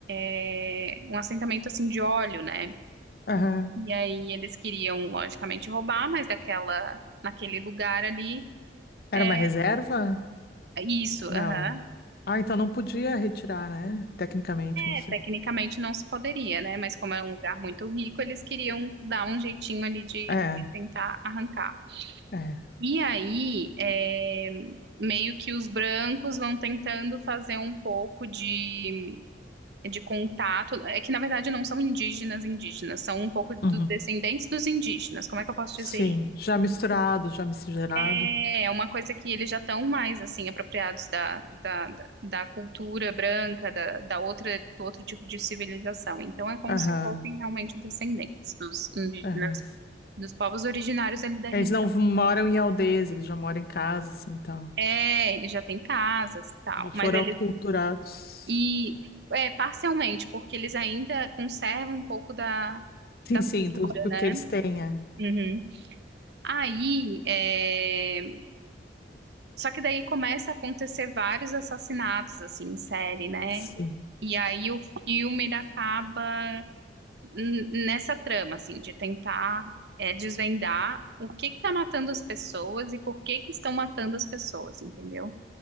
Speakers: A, on the right; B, on the left.
A: é, um assentamento assim de óleo, né?
B: aham.
A: E aí eles queriam, logicamente, roubar, mas daquela, naquele lugar ali,
B: Era
A: é,
B: uma reserva?
A: isso,
B: Não.
A: aham.
B: Ah, então não podia retirar, né? Tecnicamente, não sei.
A: É, tecnicamente não se poderia, né? Mas como é um lugar muito rico, eles queriam dar um jeitinho ali de,
B: É, é,
A: de tentar arrancar.
B: é.
A: E aí, é, meio que os brancos vão tentando fazer um pouco de, de contato. É que, na verdade, não são indígenas indígenas, são um pouco dos
B: Uhum.
A: descendentes dos indígenas. Como é que eu posso
B: Sim,
A: dizer isso?
B: já misturado, já miscigenado.
A: É é uma coisa que eles já estão mais assim apropriados da, da, da da cultura branca, da, da outra, do outro tipo de civilização. Então é como
B: Aham,
A: se fossem realmente descendentes dos indígenas,
B: aham.
A: dos povos originários ali da região.
B: Eles não moram em aldeias, eles já moram em casa, assim, tal.
A: É, eles já têm casas e tal,
B: Já foram
A: mas eles
B: aculturados.
A: e é, parcialmente porque eles ainda conservam um pouco da,
B: Sim,
A: da
B: sim,
A: cultura,
B: do, do
A: né?
B: que eles têm, é.
A: Uhum. Aí, é, só que daí começa a acontecer vários assassinatos assim em série, né?
B: Sim.
A: E aí o filme ele acaba n- nessa trama, assim, de tentar é, desvendar o que que tá matando as pessoas e por que que estão matando as pessoas, entendeu?